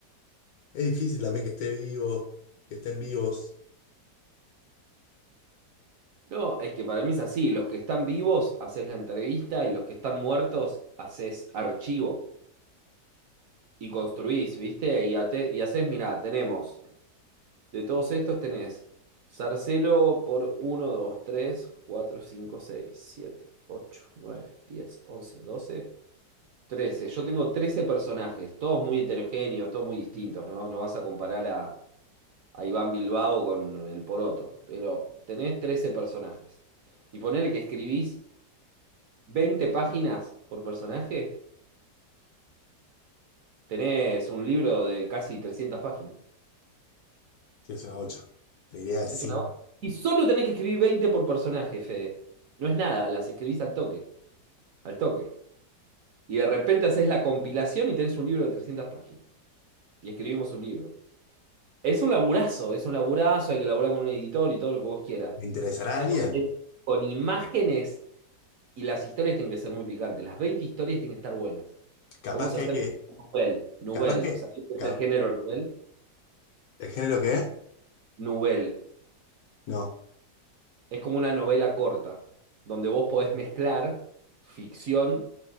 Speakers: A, on the left; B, on the right.
A: Es difícil también que esté vivo, que estén vivos,
B: no, es que para mí es así. Los que están vivos, haces la entrevista y los que están muertos, haces archivo y construís, ¿viste? Y, ate- y haces, mirá, tenemos, de todos estos tenés Sarcelo por uno 2 3 4 5 6 7 8 9 10 11 12 trece Yo tengo 13 personajes, todos muy heterogéneos, todos muy distintos, ¿no? No vas a comparar a... a Iván Bilbao con el Poroto, pero tenés 13 personajes. Y ponele que escribís 20 páginas por personaje, tenés un libro de casi 300 páginas.
A: sí es una bocha. Te diría, si
B: Es una... banda. Y solo tenés que escribir 20 por personaje, Fede. No es nada, las escribís al toque, al toque. Y de repente haces la compilación y tenés un libro de 300 páginas. Y escribimos un libro. Es un laburazo, es un laburazo, hay que laburar con un editor y todo lo que vos quieras.
A: ¿le interesará a alguien?
B: Es Con imágenes Y las historias tienen que ser muy picantes. Las 20 historias tienen que estar buenas.
A: Capaz
B: Podemos
A: que
B: hacer
A: hay que,
B: novel, novel.
A: capaz que,
B: ¿Sabés qué
A: ca-
B: es el género novel?
A: ¿el género qué es?
B: Novel.
A: No,
B: Es como una novela corta, donde vos podés mezclar ficción